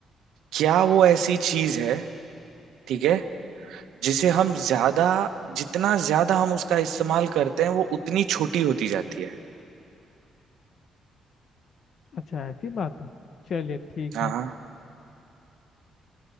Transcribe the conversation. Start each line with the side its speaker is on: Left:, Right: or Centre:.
Right: क्या वो ऐसी चीज है ठीक है जिसे हम ज्यादा जितना ज्यादा हम उसका इस्तेमाल करते हैं वो उतनी छोटी होती जाती है
Left: अच्छा ऐसी बात है चलिए ठीक
Right: हाँ
Left: है
Right: हाँ